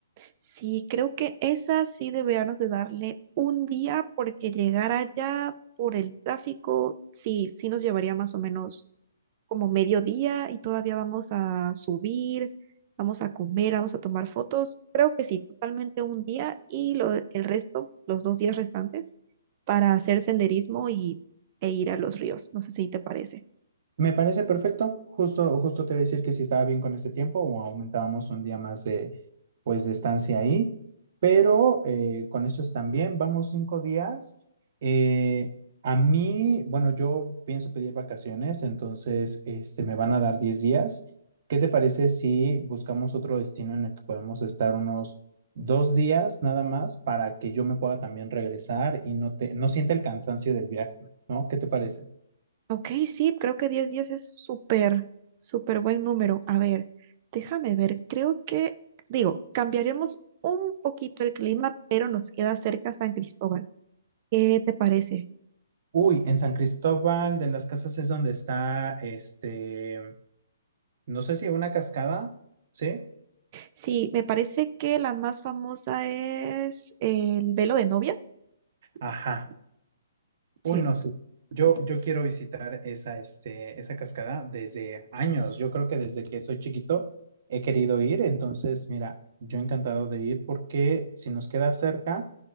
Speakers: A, on the right; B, on the right.
A: Sí, creo que esa sí deberíamos de darle un día porque llegar allá por el tráfico, sí, sí nos llevaría más o menos como mediodía y todavía vamos a subir, vamos a comer, vamos a tomar fotos. Creo que sí, totalmente un día y lo- el resto, los dos días restantes, para hacer senderismo y, e ir a los ríos. No sé si te parece.
B: Me parece perfecto. Justo, justo te voy a decir que si estaba bien con ese tiempo o aumentábamos un día más de, pues, de estancia ahí. Pero eh, con eso están bien. Vamos cinco días. Eh, a mí, bueno, yo pienso pedir vacaciones, entonces este, me van a dar diez días. ¿Qué te parece si buscamos otro destino en el que podamos estar unos dos días nada más para que yo me pueda también regresar y no te, no sienta el cansancio del viaje, ¿no? ¿Qué te parece?
A: Ok, sí, creo que 10 días es súper, súper buen número. A ver, déjame ver, creo que, digo, cambiaremos un poquito el clima, pero nos queda cerca San Cristóbal. ¿Qué te parece?
B: Uy, en San Cristóbal de las Casas es donde está, este, no sé si una cascada, ¿sí?
A: Sí, me parece que la más famosa es el velo de novia.
B: Ajá. Uy,
A: Sí,
B: no, sí. Yo, yo quiero visitar esa, este, esa cascada desde años. Yo creo que desde que soy chiquito he querido ir. Entonces, mira, yo encantado de ir porque si nos queda cerca,